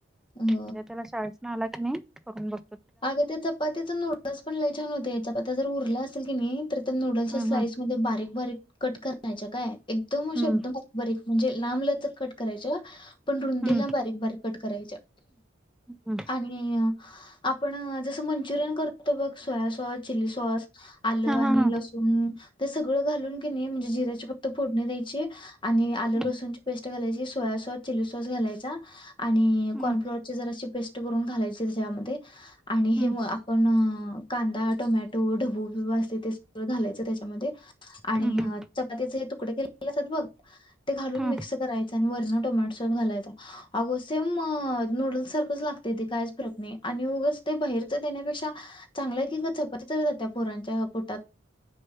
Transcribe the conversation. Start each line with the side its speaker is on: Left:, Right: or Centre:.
Left: हम्म
Centre: उद्या त्याला शाळेस न आलात की नाही करून बघ.
Left: अग त्या चपात्याच नूडल्स पण लय छान होते चपात्या जर उरल्या असेल की नाही तर त्या नूडल्सच्या
Centre: हम्म
Left: स्लाईसमध्येध्ये बारीक बारीक. कट करण्यायच्या काय. एकदम अशा
Centre: हम्म
Left: एकदम अ बारीक म्हणजे लांबलचक कट करायच्या. पण रुंदीला
Centre: हम्म
Left: बारीक बारीक कट करायच्या
Centre: हम्म
Left: आणि आपण जसं मंचुरियन करतो बघ सोया सॉस चिली सॉस, आलं
Centre: हा
Left: आणि
Centre: हा हा
Left: लसूण. ते सगळं घालून क नई म्हणजे जिरा्याची फक्त फोडणी द्यायची आणि आल
Centre: हम्म
Left: लसूणची पेस्ट घालायची. सोया सॉस, चिली सॉस घालायचा. आणि
Centre: हम्म
Left: कॉर्नफ्लॉवर ची जरा अशी पेस्ट करून घालायची त्यामध्ये. <unintelligible> आणि
Centre: हम्म
Left: हे म आपण अं कांदा टोमॅटो ढबू बिबू असतंय ते सगळं घालायचं त्याच्यामध्ये. आणि
Centre: हम्म हम्म
Left: चपातीचं. तुकडे केलेले असतात बघ ते घालून
Centre: हम्म
Left: मिक्स करायचं आणि वरणं टोमॅटो सॉस घालायचा. आगं सेम नूडल्स सारखंच लागतय ते कायच फरक नाही. आणि उगच ते बाहेरचं देण्यापेक्षा चांगलं आहे की ग चपाती तर जात्या पोरांच्या पोटात.